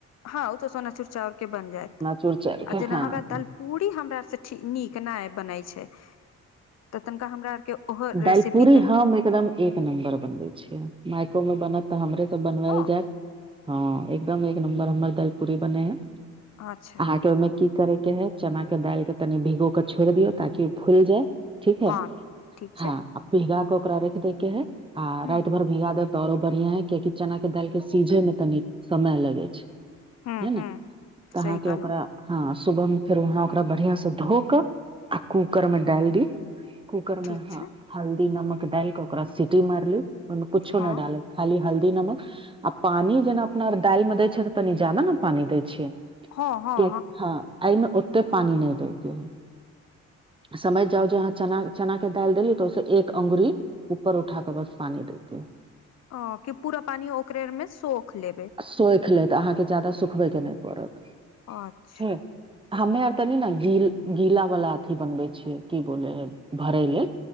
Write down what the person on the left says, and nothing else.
हँ ओ तऽ सोना चूर चाउर केँ बन जैत
आ
जेना
हमरा दल पूरी हमरा आर से ठ नीक नय बनै छै, तऽ तनिका हमरा आरके ओहो रेसिपी
तनि
हँ
अच्छा
हँ ठीक छै
हूँ
हूँ
हूँ
सही कहलौं
ठीक
छै
हँ
हँ हँ
ओ कि पूरा पानि ओकरे मे सौख लेबै।
अच्छा